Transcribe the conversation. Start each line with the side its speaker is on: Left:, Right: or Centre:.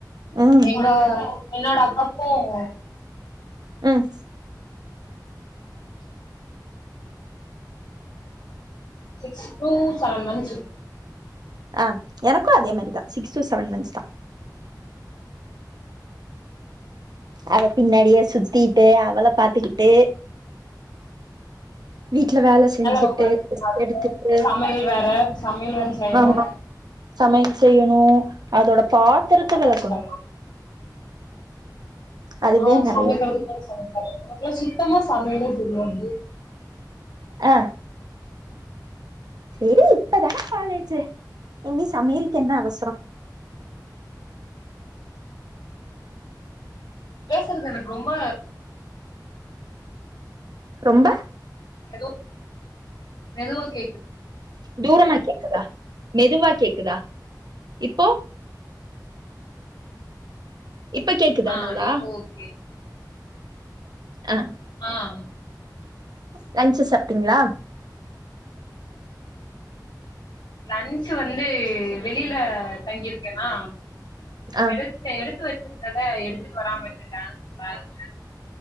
Right: ம்
Left: எங்க என்னோட அக்காக்கும்
Right: ம்
Left: சிக்ஸ் டு செவன் மந்த்ஸ் இருக்கு
Right: ஆ எனக்கு அதே மாரி தா சிக்ஸ் டு செவன் மந்த்ஸ் தா அத பின்னாடியே சுத்திட்டு அவள பாத்துக்கிட்டு வீட்ல வேல செஞ்சுட்டு
Left: ரொம்ப அதிகமா இருக்கு
Right: எடுத்துட்டு
Left: சமையல் வேற சமையல் வேற செய்யணு
Right: ஆமா சமயல் செய்யணு அதோட பாத்திரத்த
Left: ரொம்ப
Right: வெளக்கணு
Left: கஷ்டந்தா
Right: அதுவே
Left: ஆ
Right: நெறைய
Left: சமைக்கறது கூட சமச்சரலாம் எனக்குல்லா சுத்தமா சமயலே தெரியாது
Right: அ சரி இப்ப தானே காலேஜு இனி சமயல்க்கு என்ன அவசரம்
Left: பேசுறது எனக்கு ரொம்ப
Right: ரொம்ப
Left: ஏதோ மெதுவா கேக்குது
Right: தூரமா கேக் க்தா மெதுவா கேக்குதா இப்போ இப்ப கேக்குதா
Left: ஆ
Right: நல்லா
Left: இப்போ ஓகே
Right: ஆ
Left: ஆஹ்
Right: லன்ஞ்ச் சாப்ட்டீங்களா
Left: லன்ஞ்சு வந்து வெளில தங்கிருக்கேனா
Right: ஆ
Left: எடுத்தே எடுத்து வச்சு வச்சிருந்தத எடுத்ட்டு வராம விட்டுட்ட பேக்ல